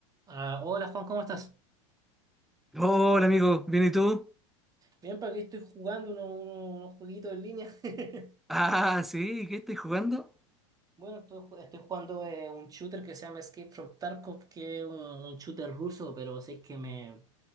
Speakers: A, on the right (about 20°); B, in the centre.
A: Ah, hola Juan, ¿cómo estás?
B: Hola amigo, ¿bien y tú?
A: Bien, para aquí estoy jugando uno- uno- unos jueguitos en línea. <laughs>
B: Ah, sí, ¿qué estoy jugando?
A: Bueno, estoy, ju- estoy jugando eh, un shooter que se llama Escape from Tarkov, que es un, un shooter ruso, pero sé que me,